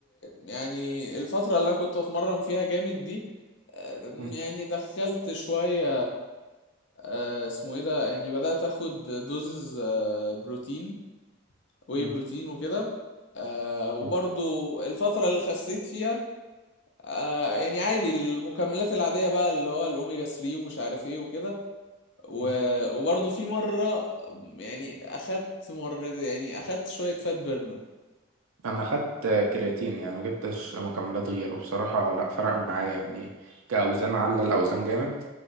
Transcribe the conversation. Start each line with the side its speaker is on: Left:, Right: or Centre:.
Left: يعني الفترة اللي انا كنت اتمرن فيها جامد دي آه، يعني
Right: مم.
Left: دخلت شوية آه، اسمه ايه ده يعني بدأت اخد دوزز آه، بروتين واي
Right: مم.
Left: بروتين وكده آه وبرضو
Right: مم.
Left: الفترة اللي خسيت فيها آه يعني عادي المكملات العادية بقى اللي هو الأوميجا 3 ومش عارف ايه وكده و-
Right: مم.
Left: وبرضو في مرة يعني أخدت مرة يعني أخدت شوية فات بيرنر
Right: انا خدت كرياتين يعني ما جبتش مكملات غيره بصراحة لا فرق معايا يعني كأوزان على الأوزان جامد